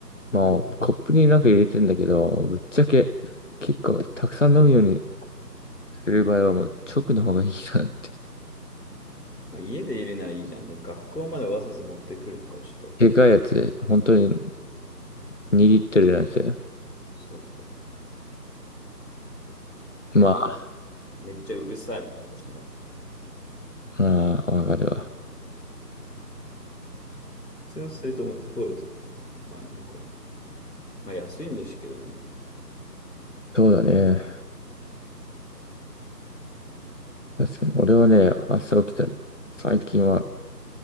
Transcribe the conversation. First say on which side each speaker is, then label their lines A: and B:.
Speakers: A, on the left; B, on the left.
A: まあ、コップになんか入れてんだけど、ぶっちゃけ、結構、たくさん飲むようにする場合は、もう、直の方がいいなって。
B: まあ、家で入れならいいじゃん。でも学校までわざわざ持ってくるとか、ちょっと、
A: でかいやつ、本当に、2リットルなんですよ。
B: そうそう。
A: まあ、
B: で、の、めっちゃうるさいな、なんかその、
A: ああ、わかるわ。
B: 通すると思ってこういうとこも、まあよくわかんない。まあ安いんですけどね。
A: そうだね。確かに。俺はね、朝起きたら、最近は、